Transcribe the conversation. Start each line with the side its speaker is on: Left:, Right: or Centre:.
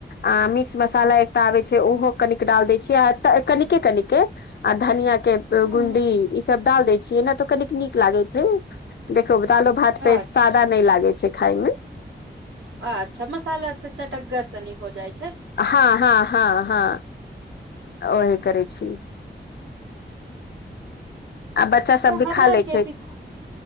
Left: आ मिक्स मसाला एकटा आबैत छै, ओहो कनिक डाल दैत छियै, आ कनिके -कनिक। आ धनिया के
Right: हूँ
Left: गुंडी ईसभ डाल दै छियै ने, तऽ कनिक नीक लागै छै। देखो दालो- भात
Right: अच्छा
Left: पे, सादा नहि लागै छै खाायमे।
Right: अच्छा मसाला से चटक्गर तनी हो जाए।
Left: हँ, हँ, हँ, हँ ओहे करै छी। आ बच्चा सब
Right: तऽ
Left: भी
Right: हमबरा
Left: खा लै
Right: आरके
Left: छै
Right: ब